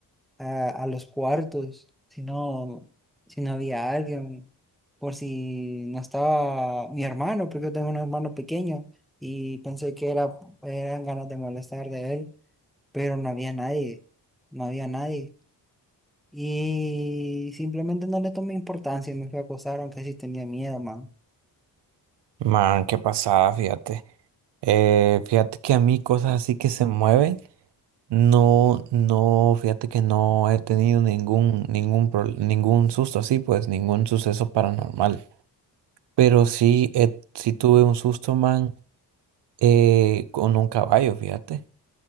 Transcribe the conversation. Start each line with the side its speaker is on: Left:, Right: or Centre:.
Centre: a, a los cuartos, si no, si no había alguien, por si no estaba mi hermano, porque yo tengo un hermano pequeño y pensé que era, eran ganas de molestar de él pero no había nadie, no había nadie. Y simplemente no le tomé importancia y me fui a acosar, aunque sí tenía miedo, mano.
Right: Man, qué pasada, fíjate. Eh, fíjate que a mí cosas así que se mueven, no, no, fíjate que no he tenido ningún, ningún, pro- ningún susto así, pues, ningún suceso paranormal. Pero sí, eh, sí tuve un susto, man, eh, con un caballo, fíjate.